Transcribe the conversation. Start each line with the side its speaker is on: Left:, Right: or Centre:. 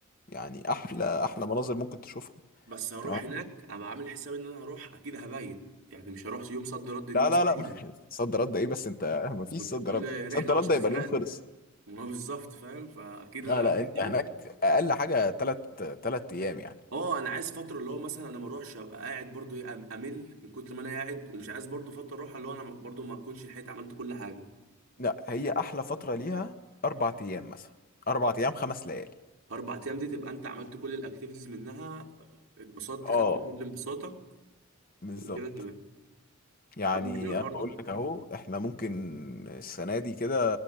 Left: يعني احلى احلى مناظر ممكن تشوفها
Right: بس هروح
Left: تمام
Right: هناك ابقى عامل حساب ان انا هروح اكيد هبيت يعني مش هروح يوم صد رد دي
Left: لا
Right: مستحيله
Left: لا لا <laughs> صد رد ايه بس انت <laughs> ما فيش
Right: كنت
Left: صد
Right: بتقول
Left: رد
Right: لي رحله
Left: صد
Right: 10
Left: رد يبقى
Right: ساعات
Left: اليوم خلص
Right: <laughs> ما هو بالظبط فاهم فاكيد
Left: لا
Right: اللي عامل
Left: لا انت
Right: حسابي
Left: هناك اقل حاجة تلت تلت ايام يعني
Right: اه انا عايز فتره اللي هو مثلا انا ما اروحش ابقى قاعد برضو ايه أم- امل من كتر ما انا قاعد ومش عايز برضو فتره اروح اللي هو انا برضو ما اكونش لحقت عملت كل حاجه
Left: لا هي احلى فتره ليها اربع ايام مثلا اربع ايام خمس ليالي
Right: اربع ايام دي تبقى انت عملت كل الاكتيفيتيز منها اتبسطت
Left: اه
Right: خدت كل انبساطك
Left: بالظبط
Right: وكده تمام
Left: يعني
Right: طب ما حلو النهارده
Left: انا بقول لك اهو احنا ممكن السنه دي كده